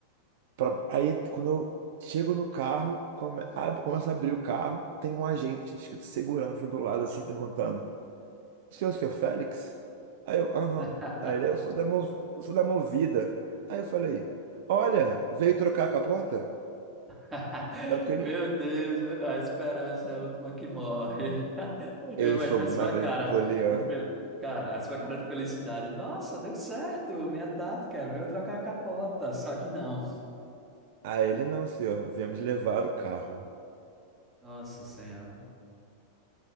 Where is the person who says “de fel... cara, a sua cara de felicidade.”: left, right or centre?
Right